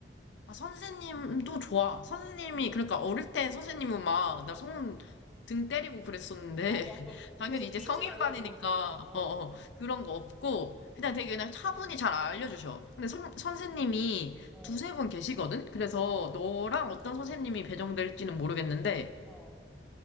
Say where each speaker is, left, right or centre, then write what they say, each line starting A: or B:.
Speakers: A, on the left; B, in the centre.
A: 아, 선생님도 좋아. 선생님이, 그러니까 어릴 때 선생님은 막, 나 손
B: 음.
A: 등 때리고 그랬었는데,
B: 어막
A: <laughs>
B: 막막
A: 당연히
B: 계속
A: 이제
B: 피지
A: 성인반이니까,
B: 말라고. <laughs> 어.
A: 어, 어,
B: 어.
A: 그런 거 없고, 그냥
B: 음.
A: 되게 그냥 차분히 잘 알려주셔. 근데 선, 선생님이
B: 어.
A: 두세 분 계시거든? 그래서
B: 어.
A: 너랑 어떤 선생님이 배정될지는 모르겠는데,
B: 어.